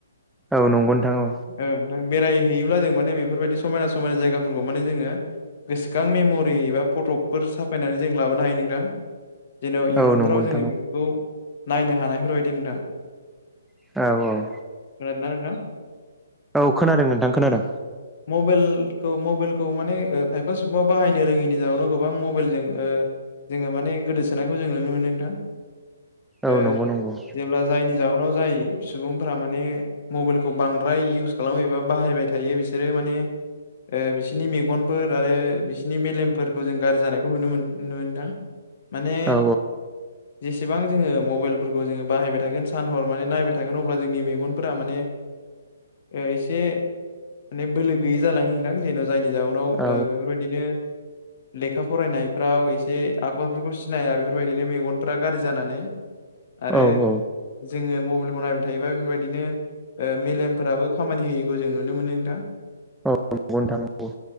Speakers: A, in the centre; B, on the left.
A: औ नंगौ नोंथां औ।
B: ओ बेरायहैयोब्ला जों माने बेफोरबायदि समायना समायना जायगाफोरखौ माने जोङो। गोसोखां मेम'रि एबा फट'फोर साफायनानै जों लाबोनो हायो नोंथां। जेन'बा इयुनफ्राव
A: औ नंगौ नोंथां
B: जोङो बेखौ नायनो हानायफोरबायदि नोंथां।
A: औ औ औ
B: खोनादोंना नोंथां।
A: औ खोनादों नोंथां खोनादों।
B: मबेलखो मबेलखौ माने खायफा सुबुंङा बाहायनो रोङिनि जाहोनाव गोबां मबाइलजों ओ। जोङो माने गोदोसोनायखौ जों नुनो मोनो नोंथां।
A: औ
B: ओ
A: नंगौ नंगौ।
B: जेब्ला जायनि जाहोनाव जाय सुबुंफोरा माने मबाइलखौ बांद्राय इउस खालामोबा बाहायबाय थायो। बिसोरो माने। ओ बिसिनि मेगनफोर आरो बिसिनि मेलेमफोरखौ जों गारजि जानायखौ नुनो मोन नुनो नोथां। माने
A: औ
B: जेसेबां जोङो मबाइलफोरखौ जोङो बाहायबाय था थोगोन सान हर माने नायबाय थागोन अब्ला जोंनि मेगनफोरा माने ओ इसे। माने बोलो गैयै जालाङो नोंथां जेन' जायनि जाउनाव
A: औ
B: बेफोरबायदिनो। लेखा फरायनायफ्राव एसे आखरफोरखौ सिनाया बेफोरबायदिनो मेगनफ्रा गाज्रि जानानै। आरो
A: औ औ।
B: जोङो मबाइलखौ नायबाय थायोबा बेफोरबायदिनो। ओ मेलेमफोराबो खामानि होयैखौ जों नुनो मोनो नोंथां।
A: औ <unintelligible> थानांगौ।